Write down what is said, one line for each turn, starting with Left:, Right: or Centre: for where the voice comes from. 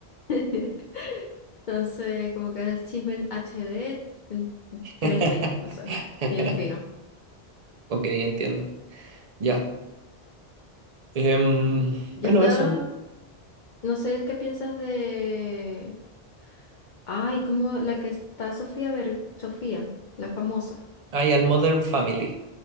Left: <laughs> Entonces, como que es el chisme en HD, en
Right: <laughs>
Left: 3D, no sé, bien fino.
Right: Ok, entiendo. Ya. Em,
Left: ¿Ya
Right: bueno,
Left: está?
Right: eso.
Left: no sé qué piensas de... Ay, como la que está Sofía Ver... Sofía, la famosa.
Right: Hay al Modern Family.